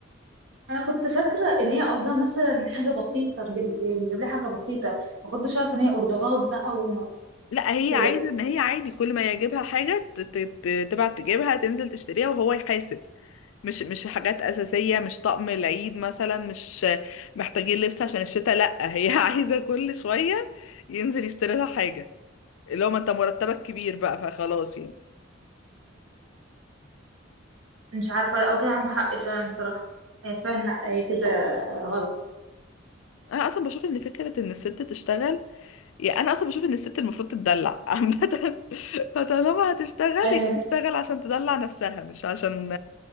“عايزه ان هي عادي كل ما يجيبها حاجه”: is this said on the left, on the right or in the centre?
Left